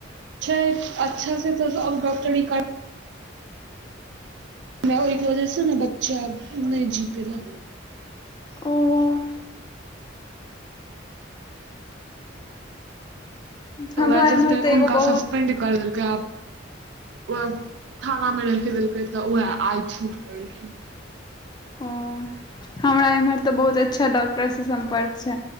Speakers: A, on the right; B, on the left.
A: छय अच्छा से तऽ आउ डॉक्टरी कर हमरा ओहिके वजह स न बच्चा नहि जी पेला।
B: ओ जु जु। हमरा
A: वैह चलते
B: एम्हर तऽ एगो
A: उनका
B: बहुत
A: संस्पेड कर देलकै आ उह थाना में रहि के देलकै त, वैह आय छूटक ऐलखिन।
B: ओ हमरा एम्हर त बहुत अच्छा डॉक्टरस सम्पर्क छय।